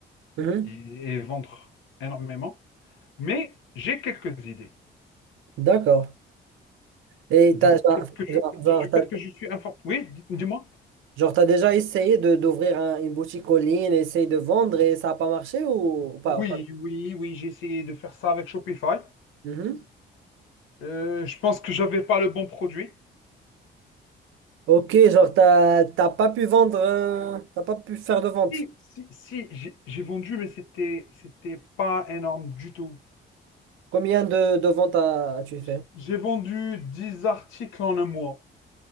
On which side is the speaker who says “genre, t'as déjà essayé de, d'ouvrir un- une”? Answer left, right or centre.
Right